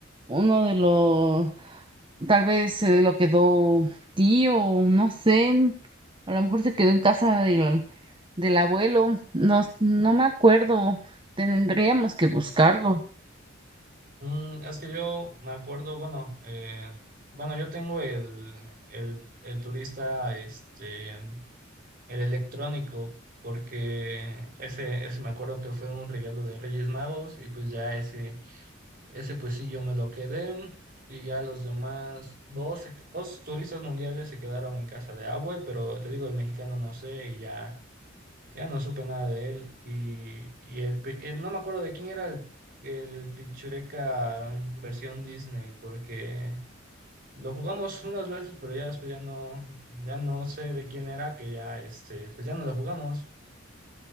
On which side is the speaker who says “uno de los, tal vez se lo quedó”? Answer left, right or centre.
Right